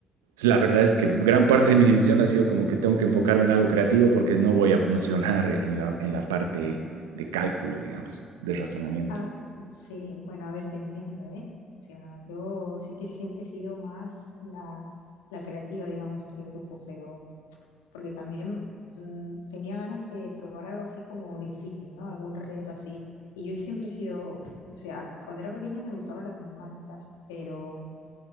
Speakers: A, on the right; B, on the left.
A: la verdad es que gran parte de mi decisión ha sido como que tengo que enfocarme en algo creativo porque no voy a funcionar en la, en la parte de cálculo, digamos, de razonamiento.
B: Ah, sí, bueno, a ver, te entiendo, ¿eh? O sea, yo sí que siempre he sido más la, la creativa, digamos, del grupo, pero porque también mm, tenía ganas de probar algo así como difícil, ¿no? Algún reto así. Y yo siempre he sido, o sea, cuando era pequeña me gustaban las matemáticas, pero